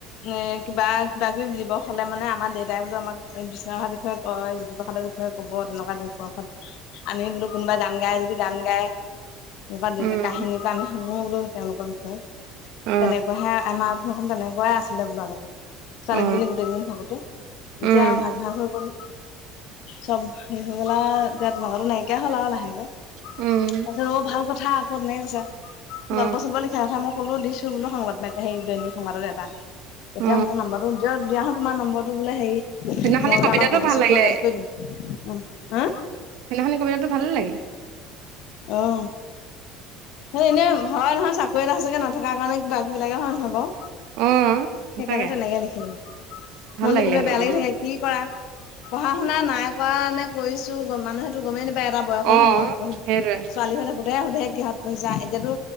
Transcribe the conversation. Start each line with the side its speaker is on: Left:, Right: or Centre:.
Left: এ কিবা কিবা কিবি দিৱস হ'লে মানে আমাৰ দেউতাই বোলো আমাক বিষ্ণু ৰাভা বিষয়ে কয় জ্যোতিপ্ৰসাদৰ বিষয়ে ক'ব তেনেকুৱা দিৱসত। আনি বোলো কোনোবা গান গাই যদি গান গায় এনেকুৱা দেউতা
Right: উম উম
Left: কাহিনীটো আমি শুনো বোলো তেওঁলোকৰ বিষয়ে
Right: অ
Left: তেনেকুৱা হে আমাৰ ঘৰখন তেনেকুৱাই আছিলে বোলো আগতে। ছোৱালীকেইজনী
Right: অ
Left: গোটেইকেইজনী থাকোতে এতিয়া
Right: উম
Left: ভাগ, ভাগ হৈ গ'ল। চব শেষ হৈ গল আৰু এতিয়া মানুহ নাইকিয়া হৈ হল আৰু লাহেকে।
Right: উম।
Left: সেইবোৰ ভাল কথা আক' তেনেকে কৈছে।
Right: অ
Left: গল্প চল্প লিখা কথা মই ক'লো দি ছো বোলো সংবাদ সেই দৈনিক সংবাদত এটা। তেতিয়া
Right: অ
Left: মোৰ নম্বৰটো দিয়া হো তোমাৰ নম্বৰটো বোলে হেৰি।
Right: সেইদিনাখনি
Left: মই বোলে
Right: কবিতাটো
Left: আমাক ভবিষতটো
Right: ভাল লাগিলে
Left: এড কৰি দিম উম। হা?
Right: সেইদিনাখন কবিতাটো ভালেই লাগিল।
Left: অঁ। সেই এনেই হয় নহয় চাকৰি এটা সঁচাকে নথকাৰ কাৰণে কিবা কিবি লাগে হয় নহয় বাৰু?
Right: অ সঁচাকে
Left: সেইকাৰণে তেনেকে লিখিলো,
Right: ভাল
Left: মনটো
Right: লাগিলে
Left: কেতিয়াবা
Right: সেইটো
Left: বেয়া লাগি
Right: উম
Left: থাকে। কি কৰা, পঢ়া শুনা নাই কৰা নে কৰিছো মানুহেতটো গমেই নাপায়। এটা বয়সলৈকে
Right: অ
Left: হে নহয় পঢ়িম,
Right: সেইটোৱে
Left: ছোৱালী হৈ থাকোতেহে সুধে কিহত পঢ়িছা এতিয়াতো